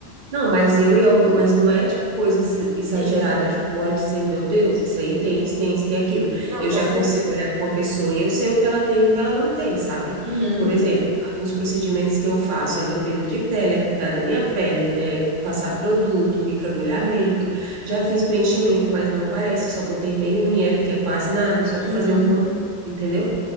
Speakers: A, on the right (about 50°); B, on the right (about 80°).
A: não, mas eu e algum, mas não é tipo coisas exageradas
B: Sim, sim.
A: que tu olha e dizer, meu Deus, isso aí tem isso, tem isso, tem aquilo.
B: Não,
A: Eu
B: com
A: já
B: certeza.
A: consigo olhar para uma pessoa e eu sei o que ela tem e o que ela não tem, sabe?
B: Uhum,
A: Por exemplo, os procedimentos que eu faço é limpeza de pele, é cuidar da minha pele, é passar produto, microagulhamento. Já fiz preenchimento, mas não parece, eu só botei meio ml, que é quase nada, só para
B: uhum.
A: fazer um contorno, entendeu?